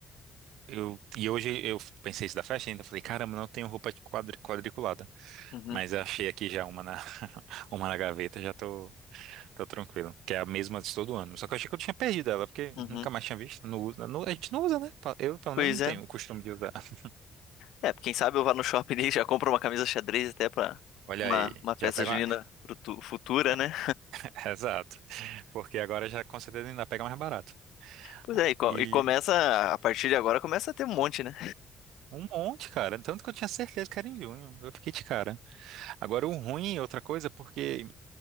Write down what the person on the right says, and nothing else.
Eu, e hoje eu pensei isso da festa ainda. Falei, caramba, não tenho roupa de quadri- quadriculada.
Mas eu achei aqui já uma na, <laughs> uma na gaveta, já tô, tô tranquilo. Que é a mesma de todo ano. Só que eu achei que eu tinha perdido ela, porque
nunca mais tinha visto. Não usa, não- a gente não usa, né? Pa- Eu, pelo
menos, não tenho
o costume de usar. <laughs>
Olha
aí,
já pega
uma.
<laughs> Exato. Porque agora já com certeza ainda pega mais barato.
E
um monte, cara. Tanto que eu tinha certeza que era em junho. Eu fiquei de cara. Agora, o ruim é outra coisa, porque